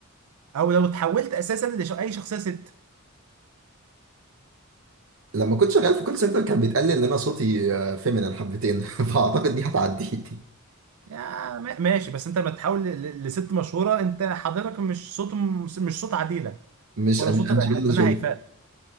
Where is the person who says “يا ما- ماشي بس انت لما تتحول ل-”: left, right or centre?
Right